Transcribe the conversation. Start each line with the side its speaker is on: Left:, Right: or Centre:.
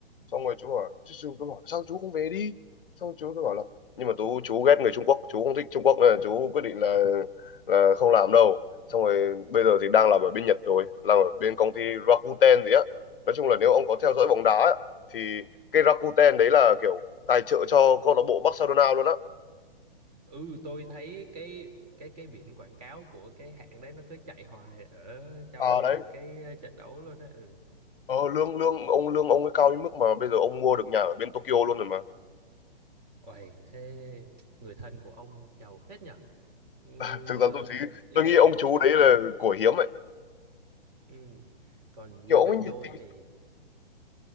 Left: xong rồi chú bảo chú, chú tôi bảo sao chú không về đi xong chú tôi bảo là nhưng mà tú chú ghét người Trung Quốc chú không thích Trung Quốc nên là chú quyết định là là không làm đâu xong rồi bây giờ thì đang làm ở bên Nhật rồi làm ở bên công ty Rakuten gì á nói chung là nếu ông có theo dõi bóng đá á, thì cái Rakuten đấy là kiểu tài trợ cho câu lạc bộ Barcelona luôn á
Right: ừ tôi thấy cái cái cái biển quảng cáo của cái hãng đấy nó cứ chạy hoài ở trong
Left: à đấy
Right: những cái ờ, trận đấu luôn đấy ừ
Left: Ờ, lương lương ông lương ông ấy cao đến mức mà bây giờ ông mua được nhà ở bên Tokyo luôn rồi mà
Right: ôi thế người thân của ông giàu phết nhở như
Left: <laughs> thực
Right: ờ,
Left: ra tôi thấy
Right: ý
Left: tôi
Right: là
Left: nghĩ ông chú đấy là của hiếm ấy
Right: ừ. còn như
Left: kiểu ông
Right: bên
Left: ấy nhiệt
Right: tôi
Left: tình
Right: thì